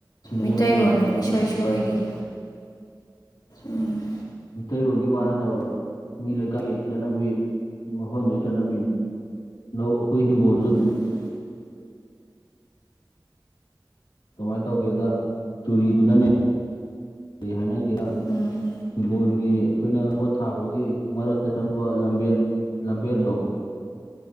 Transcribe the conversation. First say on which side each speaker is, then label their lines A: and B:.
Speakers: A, on the left (about 85°); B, on the left (about 65°).
A: ꯍꯤꯡꯒꯣꯜꯗꯨꯅꯦ
B: ꯃꯤꯠꯇꯩꯔꯣꯟ ꯑꯃ ꯏꯁꯣꯏ ꯁꯣꯏꯔꯤꯌ‌ꯦ ꯎꯝ
A: ꯃꯤꯇꯩꯩꯔꯣꯟꯒꯤ ꯋꯥ ꯅꯠꯇꯕ ꯃꯤ ꯂꯩꯀꯥꯏꯒꯤ ꯆꯠꯅꯕꯤ ꯃꯐꯝꯗꯨꯒꯤ ꯆꯠꯅꯕꯤꯅꯤ ꯂꯧ ꯑꯩꯈꯣꯏ ꯍꯤꯡꯒꯣꯟꯖꯨ
B: ꯎꯝ
A: ꯀꯃꯥꯏ ꯇꯧꯒꯦꯗ ꯆꯨꯔꯤꯗꯨꯅꯅꯦ ꯀꯔꯤ ꯍꯥꯏꯅꯒꯦꯗ
B: ꯎꯝ
A: ꯍꯤꯡꯒꯣꯟꯒꯤ ꯑꯩꯈꯣꯏꯅ ꯀꯣꯠ ꯊꯥꯕꯒꯤ ꯃꯔꯛꯇ ꯆꯪꯕ ꯂꯝꯕꯦꯜ ꯂꯝꯕꯦꯜꯗꯣ